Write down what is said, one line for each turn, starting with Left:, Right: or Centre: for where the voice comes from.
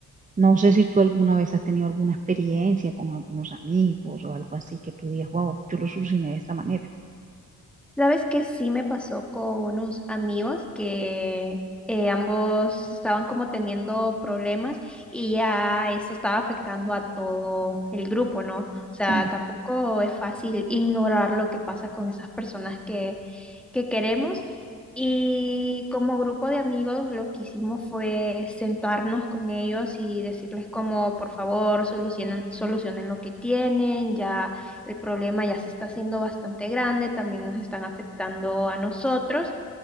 Right: No sé si tú alguna vez has tenido alguna experiencia con algunos amigos o algo así que tú digas, wow, yo lo solucioné de esta manera.
Centre: Sabes que sí me pasó con unos amigos que eh, ambos estaban como teniendo problemas y ya eso estaba afectando a todo el grupo, ¿no? O sea,
Right: Sí,
Centre: tampoco es fácil ignorar lo que pasa con esas personas que, que queremos. Y como grupo de amigos, lo que hicimos fue sentarnos con ellos y decirles como, por favor, solucionen, solucionen lo que tienen, ya. El problema ya se está haciendo bastante grande, también nos están afectando a nosotros,